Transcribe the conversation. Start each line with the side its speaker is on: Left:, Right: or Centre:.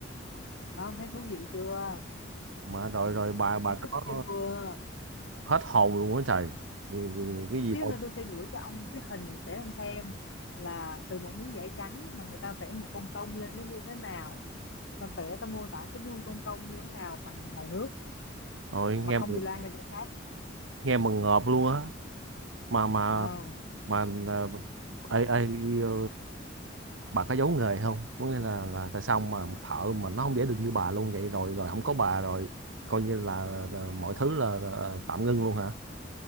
Left: Không, thấy thú vị chưa?
Right: mà rồi rồi bà bà
Left: Thấy thích
Right: có
Left: chưa?
Right: hết hồn luôn á trời Ừ, ừ, cái
Left: Chút
Right: gì
Left: xíu
Right: đâu
Left: nữa tôi sẽ gửi cho ông cái hình để ông xem là từ một miếng giải trắng mà người ta vẽ một con công lên nó như thế nào. Ta vẽ ta mô tả cái đuôi con công như thế nào bằng màu nước
Right: rồi nghe
Left: mà không
Right: mà-
Left: bị loang ra chỗ khác.
Right: nghe mà ngợp luôn á mà mà
Left: Ờ.
Right: mà ờ, ê, ê, ờ, bà có giấu nghề không có nghĩa là là tại sao mà thợ mà nó không vẽ được như bà luôn vậy rồi rồi không có bà rồi coi như là, là mọi thứ là, là tạm ngưng luôn hả